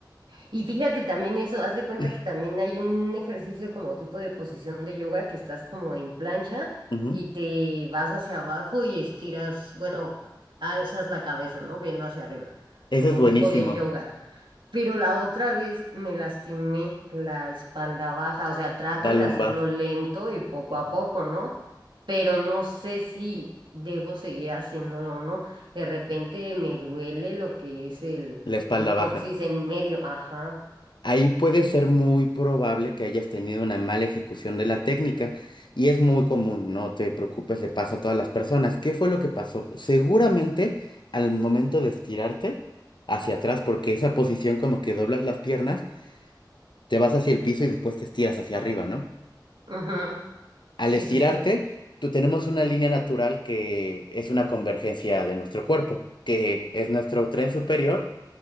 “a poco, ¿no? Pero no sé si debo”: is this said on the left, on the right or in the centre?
Right